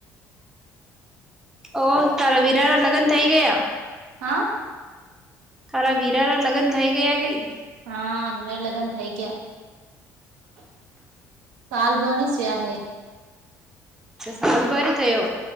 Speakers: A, in the centre; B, on the right.
A: ઓ તારા વિરા ના લગ્ન થઇ ગયા?
B: હા.
A: તારા વીરાના લગ્ન થઈ ગયા કઈ?
B: હા, લગ્ન થાય ગયા. <unintelligible>
A: હાલ ભરી થયો